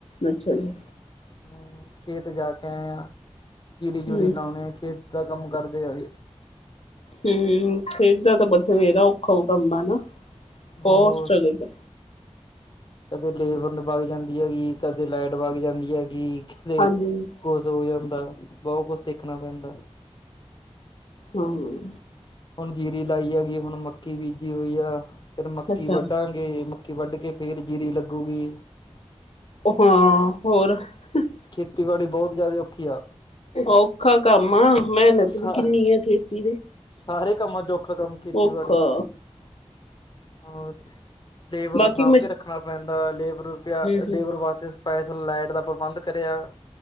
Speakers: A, on the left; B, on the left.
A: ਅੱਛਾ ਜੀ।
B: ਹੂੰ, ਖੇਤ ਜਾ ਕੇ ਆਏ ਆ। ਜੀਰੀ-ਜੁਰੀ
A: ਹਮ
B: ਲਾਉਣੀ, ਖੇਤ ਦਾ ਕੰਮ ਕਰਦੇ ਆਗੇ।
A: ਹੂੰ। ਖੇਤ ਦਾ ਤਾਂ ਬਥੇਰਾ ਔਖਾ ਹੋਏਗਾ ਕੰਮ। ਬਹੁਤ
B: ਹੋਰ।
A: ਸਟਰਗਲ
B: ਕਦੇ ਲੇਬਰ ਨੂੰ ਭਾਗ ਜਾਂਦੀ ਹੈਗੀ। ਕਦੇ ਲਾਈਟ ਭਾਗ ਜਾਂਦੀ ਹੈਗੀ। ਤੇ
A: ਹਾਂਜੀ
B: ਕੁਝ ਹੋ ਜਾਂਦਾ। ਬਹੁਤ ਕੁਝ ਦੇਖਨਾ ਪੈਂਦਾ।
A: ਹੂੰ।
B: ਹੁਣ ਜੀਰੀ ਲਾਈ ਹੈਗੀ ਐ। ਹੁਣ ਮੱਕੀ ਬੀਜੀ ਹੋਈ ਆ। ਫੇਰ ਮੱਕੀ
A: ਅੱਛਾ
B: ਵੱਢਾਂਗੇ। ਮੱਕੀ ਵੱਢ ਕੇ ਫੇਰ ਜੀਰੀ ਲੱਗੂਗੀ।
A: ਹਾਂ ਹੋਰ। <unintelligible>
B: ਖੇਤੀਬਾੜੀ ਬਹੁਤ ਜ਼ਿਆਦਾ ਔਖੀ ਆ
A: ਔਖਾ ਕੰਮ ਆ। ਮਿਹਨਤ
B: ਸਾ
A: ਵੀ ਕਿੰਨੀ ਏ ਖੇਤੀ ਦੇ।
B: ਸਾਰੇ ਕੰਮਾਂ 'ਚ ਔਖਾ ਕੰਮ ਖੇਤੀ
A: ਔਖਾ
B: ਬਾੜੀ ਦਾ। ਹੋਰ ਲੇਬਰ
A: ਬਾਕੀ
B: ਨੂੰ ਸਾਂਭ
A: ਮ
B: ਕੇ ਰੱਖਨਾ ਪੈਂਦਾ। ਲੇਬਰ ਪਿਆ,
A: ਹਮ ਹਮ
B: ਲੇਬਰ ਵਾਸਤੇ। ਸਪੈਸਲ ਲਾਈਟ ਦਾ ਪ੍ਰਬੰਧ ਕਰਿਆ।